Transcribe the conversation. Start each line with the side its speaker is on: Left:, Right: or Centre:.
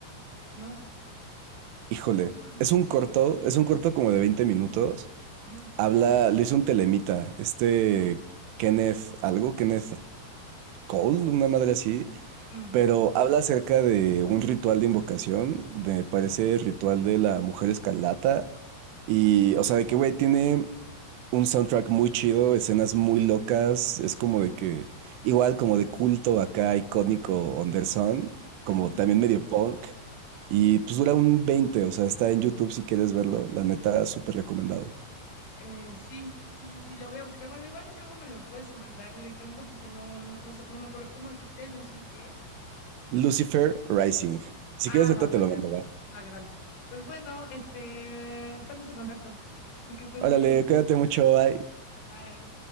Left: No,
Right: Híjole,
Left: no,
Right: es un corto, es un corto como de veinte minutos
Left: ajá,
Right: Habla, lo hizo un telemita, este Kenneth, algo, Kenneth Cole, una madre así,
Left: mm,
Right: pero habla acerca de un ritual de invocación, de parece ritual de la Mujer Escarlata, y, o sea, de que, güey, tiene un soundtrack muy chido, escenas muy locas, es como de que, igual como de culto acá, icónico, Anderson, como
Left: ajá,
Right: también medio punk, y
Left: uh.
Right: pues dura un veinte o sea, está en YouTube si quieres verlo, la neta, súper recomendado.
Left: Eh, sí, sí, sí, sí, lo voy a buscar. Bueno, igual y luego me lo puedes mandar directamente porque no, no, no, so- no me acuerdo. ¿Cómo dijiste, Lucy, qué?
Right: Lucifer Rising. Si
Left: Ah,
Right: quieres, ahorita
Left: va, va,
Right: te lo
Left: ya.
Right: mando, va.
Left: Vale, vale. Pues bueno, este, estamos en contacto. <laughs> Que estés
Right: Órale,
Left: muy bien.
Right: cuídate mucho, bye.
Left: Bye.